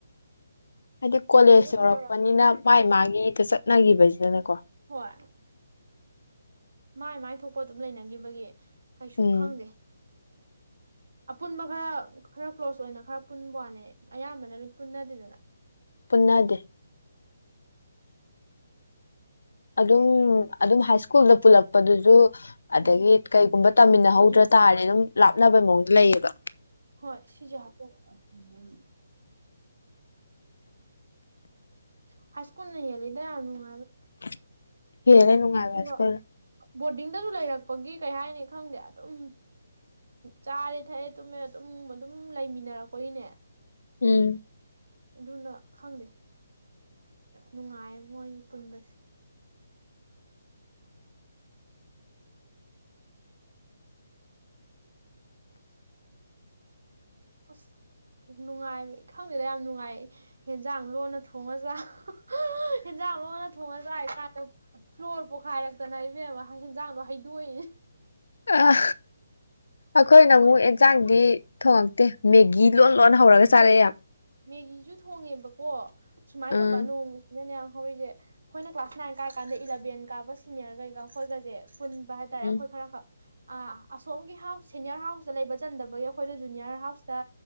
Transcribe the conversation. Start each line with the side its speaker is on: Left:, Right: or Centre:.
Left: ꯍꯥꯏꯗꯤ ꯀꯣꯂꯦꯖ
Right: ꯑꯗꯨꯝ
Left: ꯌꯧꯔꯛꯄꯅꯤꯅ
Right: ꯂꯩꯔꯛꯄꯒꯤ
Left: ꯃꯥꯥꯏ ꯃꯥꯒꯤ ꯆꯠꯅꯈꯤꯕꯁꯤꯗꯅꯦꯀꯣ
Right: ꯍꯣꯏ ꯃꯥꯏ ꯃꯥꯏ ꯊꯣꯛꯄ ꯑꯗꯨꯝ ꯂꯩꯅꯒꯤꯕꯒꯤ ꯀꯩꯁꯨ
Left: ꯎꯝ
Right: ꯈꯪꯗꯦ ꯑꯄꯨꯟꯕ ꯈꯔ ꯈꯔ ꯀ꯭ꯂꯣꯁ ꯆꯣꯏꯅ ꯈꯔ ꯄꯨꯟꯕ ꯋꯥꯅꯦ ꯑꯌꯥꯝꯕꯅ ꯄꯨꯟꯅꯗꯦꯗꯅ
Left: ꯄꯨꯟꯅꯗꯦ ꯑꯗꯨꯝ ꯑꯗꯨꯝ ꯍꯥꯏ ꯁ꯭ꯀꯨꯜꯗ ꯄꯨꯜꯂꯛꯄꯗꯨꯁꯨ
Right: ꯎꯝ
Left: ꯑꯗꯒꯤ ꯀꯩꯒꯨꯝꯕ ꯇꯝꯃꯤꯟꯅꯍꯧꯗ꯭ꯔ
Right: ꯀꯔꯤ
Left: ꯇꯥꯔꯗ ꯑꯗꯨꯝ ꯂꯥꯞ ꯈꯅꯕꯩ ꯃꯑꯣꯡꯗ ꯂꯩꯌꯦꯕ
Right: ꯍꯣꯏ ꯁꯤꯁꯦ ꯍꯥꯞꯆꯤꯟ <unintelligible> ꯎꯝ ꯍꯥꯏ ꯁ꯭ꯀꯨꯜꯅ ꯍꯦꯜꯂꯤꯗ ꯅꯨ
Left: <inaudible> ꯍꯦꯜꯂꯦ ꯅꯨꯡꯉꯥꯏꯕ
Right: ꯑꯗꯨꯒ
Left: ꯍꯥꯏ ꯁ꯭ꯀꯨꯜꯅ
Right: ꯕꯣꯔꯗꯤꯡꯗꯁꯨ ꯂꯩꯔꯛꯄꯒꯤ ꯀꯩ ꯍꯥꯏꯅꯤ ꯈꯪꯗꯦ ꯑꯗꯨꯝ ꯆꯥꯔꯦ ꯊꯛꯑꯦ ꯇꯨꯝꯃꯦ ꯑꯗꯨꯝ ꯑꯗꯨꯝ ꯂꯩꯃꯤꯟꯅꯔꯛꯄꯒꯤꯅꯦ
Left: ꯎꯝ
Right: ꯑꯗꯨꯅ ꯈꯪꯗꯦ ꯅꯨꯡꯉꯥꯏ ꯃꯣꯏ ꯄꯨꯟꯕꯁꯦ ꯑꯁ ꯅꯨꯡꯉꯥꯏꯕ ꯈꯪꯗꯦꯗ ꯌꯥꯝ ꯅꯨꯡꯉꯥꯏ ꯍꯦꯟꯖꯥꯡ ꯂꯣꯟꯅ ꯊꯣꯡꯉꯥ ꯆꯥꯕ ꯍꯦꯟꯖꯥꯡ ꯂꯣꯟꯅ ꯊꯣꯡꯉ ꯆꯥꯏ ꯀꯥꯟꯗ ꯐ꯭ꯂꯣꯔ ꯄꯣꯛꯈꯥꯏꯔꯛꯇꯅ ꯏꯕꯦꯝꯃ ꯍꯦꯟꯖꯥꯡꯗꯣ ꯍꯩꯗꯣꯛꯏꯅꯤ
Left: ꯑꯥ ꯑꯩꯈꯣꯏꯅ
Right: ꯑꯩꯈꯣꯏꯁꯦ
Left: ꯑꯃꯨꯛ ꯑꯦꯟꯁꯥꯡꯗꯤ ꯊꯣꯡꯉꯛꯇꯦ ꯃꯦꯒꯤ ꯂꯣꯟ ꯂꯣꯟꯅ ꯍꯧꯔꯒ ꯆꯥꯔꯛꯑ ꯌꯥꯝ
Right: ꯃꯦꯒꯤꯁꯨ ꯊꯣꯡꯉꯦꯕ ꯀꯣ ꯁꯨꯃꯥꯏ
Left: ꯎꯝ
Right: ꯇꯧꯕ ꯅꯣꯡꯃꯖꯤꯅꯅꯦ ꯍꯧꯏꯁꯦ ꯑꯩꯈꯣꯏꯅ ꯀ꯭ꯂꯥꯁ ꯅꯥꯏꯟ ꯀꯥꯏꯀꯥꯟꯗ ꯏꯂꯕꯦꯟ ꯀꯥꯕ ꯁꯤꯅꯤꯌꯔ ꯒꯩꯒ ꯑꯩꯈꯣꯏꯒꯁꯦ ꯄꯨꯟꯕ ꯍꯥꯏꯇꯥꯔꯦ
Left: ꯎꯝ
Right: ꯑꯩꯈꯣꯏ ꯈꯔ ꯈꯛ ꯑꯥ ꯑꯁꯣꯝꯒꯤ ꯍꯥꯎꯁ ꯁꯦꯅꯤꯌꯔ ꯍꯥꯎꯁꯇ ꯂꯩꯕ ꯆꯟꯗꯕꯒꯤ ꯑꯩꯈꯣꯏꯗ ꯖꯨꯅꯤꯌꯔ ꯍꯥꯎꯁꯇ